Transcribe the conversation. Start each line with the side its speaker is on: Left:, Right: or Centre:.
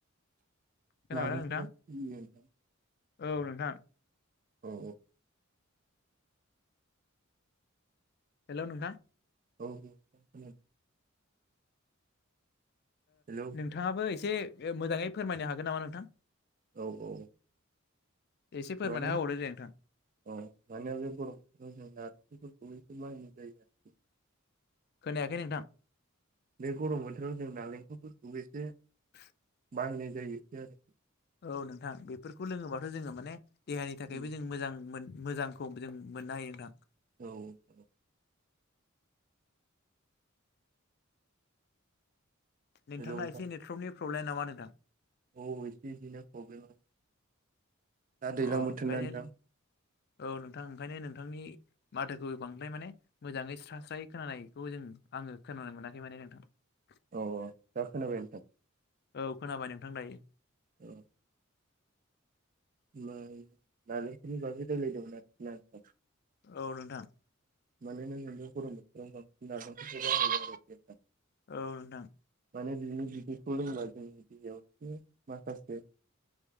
Right: <unintelligible>
Left: खोनाबायना नोंथां औ नोंथां
Right: औ औ
Left: हेल' नोंथां
Right: औ औ हेलौ
Left: नोंथाङाबो एसे मोजाङै फोरमायनो हागोन नामा नोंथां
Right: औ औ
Left: एसे फोरमायना
Right: माने
Left: होबावदो दे नोंथां
Right: औ माने बे गरम बोथोराव जों नारेंखलफोरखौबो <unintelligible>
Left: खोनायाखै नोंथां
Right: बे गरम बोथोराव जों नालेंखलफोरखौबो एसे
Left: <inaudible>
Right: बाहायनाय जायो बिदि‌ आरो
Left: औ नोंथां बेफोरखौ लोङोबाथ' जोङो माने देहानि
Right: आरो
Left: थाखायबो जों मोजां मोन मोजांखौ जों मोननो हायो नोंथां
Right: औ औ
Left: नोंथांना
Right: हेलौ नोंथां
Left: एसे नेटवर्कनि प्रब्लेम नामा नोंथां
Right: औ एसे बिदिनो प्रब्लेम आरो दा दैज्लां
Left: अ
Right: बोथोरना
Left: ओंखायनो
Right: नोंथां
Left: औ नोंथां ओंखायनो नोंथांनि माथोखौ बांद्राय माने मोजाङै स्रा स्रायै खोनानायखौ जों आङो खोनानो मोनाखै माने नोंथां
Right: औ दा खोनाबाय नोंथां
Left: औ खोनाबाय नोंथां दायो
Right: औ होमबा नालेंखरनि बागै रायलायदोंमोन आरोखि ना आं
Left: औ नोंथां
Right: माने <unintelligible> गरम बोथोराव बांसिन नालेंखरखौ बाहायो आरो
Left: औ नोंथां
Right: माने बिनि बिदैखौ लोंबा जोंनि देहायावबो माखासे